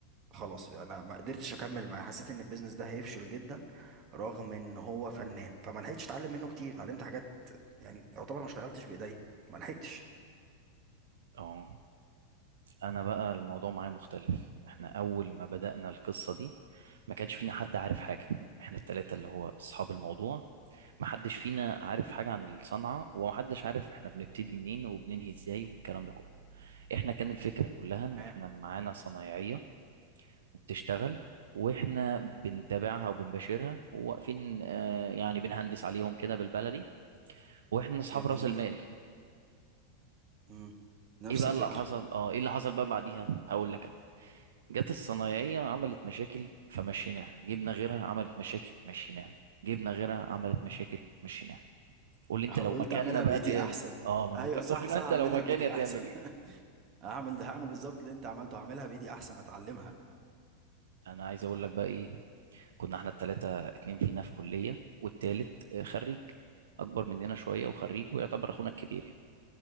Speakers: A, on the right (about 35°); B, on the right (about 60°).
A: خلاص انا ما قدرتش اكمل معاه حسيت ان البيزنس ده هيفشل جدا رغم ان هو فنان فما لحقتش اتعلم منه كتير اتعلمت حاجات يعني يعتبر ما اشتغلتش بايديا ما لحقتش
B: آه أنا بقى الموضوع معايا مختلف إحنا أول ما بدأنا القصة دي ما كانش فينا حد عارف حاجة إحنا التلاتة اللي هو أصحاب الموضوع ما حدش فينا عارف حاجة عن الصنعة وما حدش عارف إحنا بنبتدي منين وبننهي إزاي والكلام ده كله إحنا كان الفكرة كلها إن
A: تمام
B: إحنا معانا صنايعية بتشتغل واحنا بنتابعها وبنباشرها وواقفين آه يعني بنهندس عليهم كده بالبلدي واحنا اصحاب
A: جميل
B: راس المال
A: مم. نفس
B: ايه بقى
A: الفكره
B: اللي حصل اه ايه اللي حصل بقى بعديها هقول لك انا جت الصنايعيه عملت مشاكل فمشيناها جبنا غيرها عملت مشاكل مشيناها جبنا غيرها عملت مشاكل مشيناها قول لي انت لو
A: قلت
B: مكاننا
A: اعملها
B: بقى
A: بايدي
B: دي
A: احسن
B: اه ما انا
A: ايوه
B: بقول لك
A: صح
B: قول لي بقى
A: صح
B: انت
A: اعملها
B: لو مكاني
A: بايدي
B: هتعمل
A: احسن
B: ايه
A: <laughs> هعمل ده هعمل بالظبط اللي انت عملته هعملها بايدي احسن اتعلمها
B: انا عايز اقول لك بقى ايه كنا احنا التلاتة اتنين فينا في كلية والتالت آه، خريج أكبر مننا شوية وخريج ويعتبر أخونا الكبير يعني